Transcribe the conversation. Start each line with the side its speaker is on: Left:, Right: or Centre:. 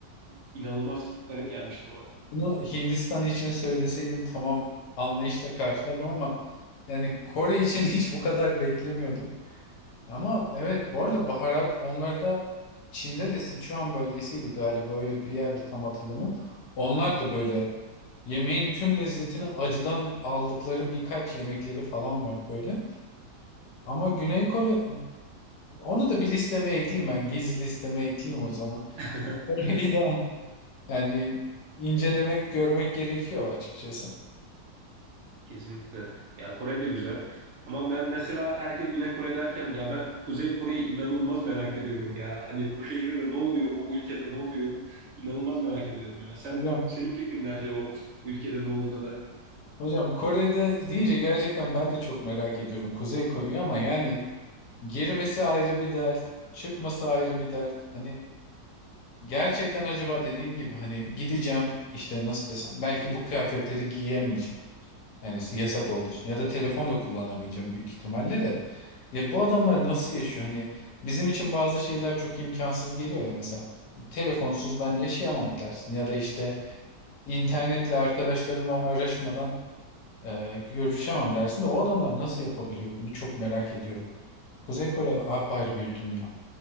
Right: inanılmaz garip gelmişti bana.
Left: Bunu Hindistan için söyleseydin tamam anlayışla karşılardım ama yani Kore için <laughs> hiç bu kadar beklemiyordum. Ama evet bu arada baharat onlarda Çin'de de Sichuan bölgesiydi galiba öyle bir yerde tam hatırlamıyorum. Onlar da böyle yemeğin tüm lezzetini acıdan aldıkları birkaç yemekleri falan var böyle. Ama Güney Kore onu da bir listeme ekleyeyim ben gezi listeme ekleyeyim o zaman.
Right: <laughs>
Left: <laughs> Kore'yi de Yani incelemek, görmek gerekiyor açıkçası.
Right: Kesinlikle. Ya Kore de güzel. Ama ben mesela herkes Güney Kore derken ya ben Kuzey Kore'yi inanılmaz merak ediyorum ya. Hani o şehirde ne oluyor, o ülkede ne oluyor? İnanılmaz merak ediyorum ya. Sen
Left: Hocam,
Right: senin fikrin ne acaba o ülkede ne olduğuna dair?
Left: hocam Kore'de deyince gerçekten ben de çok merak ediyorum Kuzey Kore'yi ama yani girmesi ayrı bir dert, çıkması ayrı bir dert. Hani gerçekten acaba dediğin gibi hani gideceğim işte nasıl desem belki bu kıyafetleri giyemeyeceğim. Yani yasak olduğu için ya da telefon da kullanamayacağım büyük ihtimalle de. Ya bu adamlar nasıl yaşıyor? Hani bizim için bazı şeyler çok imkansız geliyor ya mesela telefonsuz ben yaşayamam dersin ya da işte İnternetle arkadaşlarımla araşmadan e, görüşemem dersin de o adamlar nasıl yapabiliyor bunu çok merak ediyorum. Kuzey Kore apayrı bir dünya